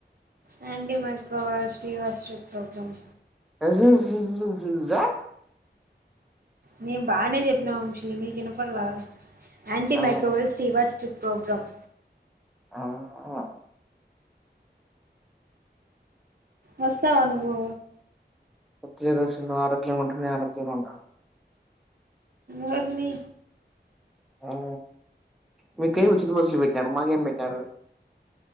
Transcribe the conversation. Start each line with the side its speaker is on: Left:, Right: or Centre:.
Right: యాంటిమైక్రోవైబ్స్ కి వర్క్షాప్ ప్రోగ్రామ్
Centre: <unintelligible>
Right: నేన్ బానే చెప్పినా వంశీ నీకు ఇనపడ్లలా. యాంటీ
Centre: ఆ!
Right: మైక్రోవెల్స్ టీవాచ్ ట్రిప్ ప్రోగ్రామ్.
Centre: ఆహ్ ఆహా
Right: వస్తావా నువ్వూ.
Centre: వొద్దులే రోషిని నువు ఆరోగ్యంగ ఉంటె నేన్ ఆరోగ్యంగా ఉంటా.
Right: ఓర్నీ
Centre: ఆ మీకైతే ఉచిత బస్సులు పెట్టారు మాకేం పెట్టారూ.